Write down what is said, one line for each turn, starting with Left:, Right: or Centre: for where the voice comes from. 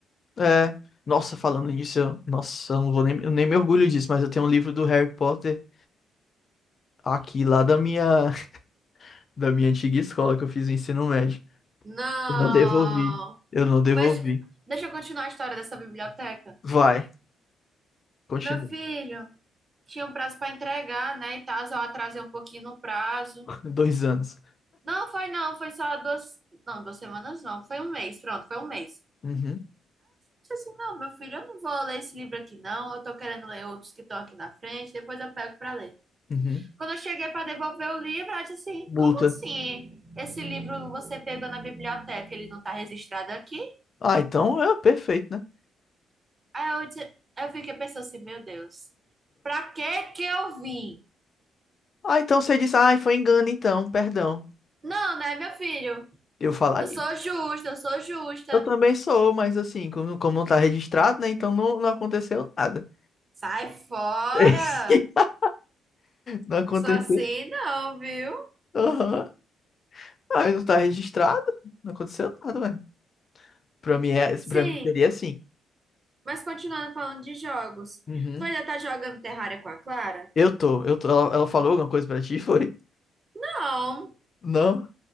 Left: É, nossa, falando nisso, eu- nossa, eu não vou nem, eu nem me orgulho disso, mas eu tenho um livro do Harry Potter aqui lá da minha, <laughs> da minha antiga escola que eu fiz o ensino médio.
Right: Não!
Left: Eu não devolvi. Eu não devolvi.
Right: Pois, deixa eu continuar a história dessa biblioteca.
Left: Vai, continua.
Right: Meu filho, tinha um prazo para entregar, né? E tal, eu atrasei um pouquinho no prazo.
Left: <laughs> Dois anos.
Right: Não, foi não, foi só duas. Não, duas semanas não, foi um mês, pronto, foi um mês.
Left: Uhum,
Right: Disse assim, não, meu filho, eu não vou ler esse livro aqui, não. Eu tô querendo ler outros que estão aqui na frente, depois eu pego para ler.
Left: uhum.
Right: Quando eu cheguei para devolver o livro, ela disse assim:
Left: Multa.
Right: como assim? Esse livro você pegou na biblioteca, ele não tá registrado aqui?
Left: Ah, então é perfeito, né?
Right: Aí eu, disse- eu fiquei pensando assim, meu Deus, pra que que eu vim?
Left: Ah, então você diz, ah, foi engano então, perdão.
Right: Não, né, meu filho?
Left: Eu falaria.
Right: Eu sou justa, eu sou justa.
Left: Eu também sou, mas assim, como, como não tá registrado, né? Então não, não aconteceu nada.
Right: Sai fora!
Left: <laughs> Não aconteceu?
Right: Só assim não, viu?
Left: Aham. Ah, não tá registrado? Não aconteceu nada, ué. Pra mim, é,
Right: Sim,
Left: pra mim seria assim.
Right: mas continuando falando de jogos.
Left: Uhum.
Right: Tu ainda tá jogando Terraria com a Clara?
Left: Eu tô, eu tô. Ela, ela falou alguma coisa pra ti, <laughs> foi?
Right: Não.
Left: Não?